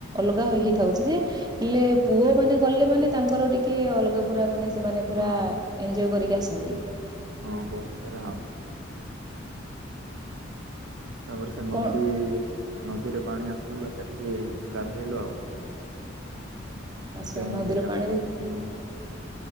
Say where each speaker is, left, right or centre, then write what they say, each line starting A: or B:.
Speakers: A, on the right; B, on the right.
A: ଅଲଗା ହୋଇ ହେଇଥାଉଛି ଯେ ହେଲେ ପୁଅମାନେ ଗଲେ ମାନେ ତାଙ୍କର ଟିକେ ଅଲଗା ପୁରା ମାନେ ସେମାନେ ପୁରା
B: ହଁ ହଁ
A: ଏଞ୍ଜୟ୍ କରିକି ଆସ ନ୍ତି।
B: ହଁ ବହୁତ ସାରା ଆଉ। ତାପରେ ସେ ନଦୀ
A: କଣ
B: ନଦୀରେ ପାଣି ଆସୁଥିଲା ସେଠି ବି ଗାଧେଇଲୁ ଆଉ। ସେ
A: ଆଚ୍ଛା ନଦୀର
B: ମଝିରେ
A: ପାଣିରେ
B: ଆଉ ଉଁ।